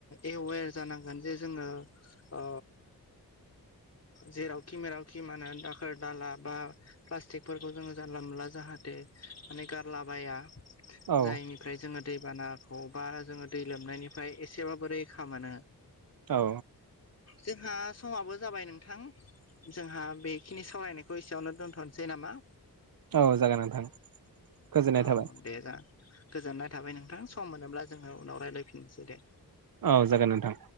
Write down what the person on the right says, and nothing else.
औ
औ
औ जागोन नोंथां गोजोननाय
थाबाय
औ जागोन नोंथां